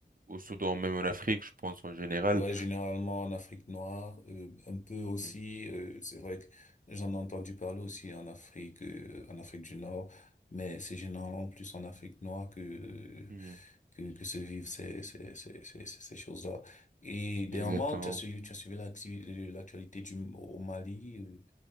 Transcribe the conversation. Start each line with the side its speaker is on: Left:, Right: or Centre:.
Right: au Soudan, même en Afrique, je pense en général.
Left: Ouais, généralement en Afrique noire, euh, un peu aussi,
Right: Mm.
Left: euh, c'est vrai que j'en ai entendu parler aussi en Afrique, euh, en Afrique du Nord, mais c'est généralement plus en Afrique noire que, euh,
Right: Mm.
Left: que, que se vivent ces, ces, ces, ces, ces ces choses-là. Et dernièrement,
Right: Exactement.
Left: tu as suivi, tu as suivi l'acti- l'actualité du, au Mali. euh,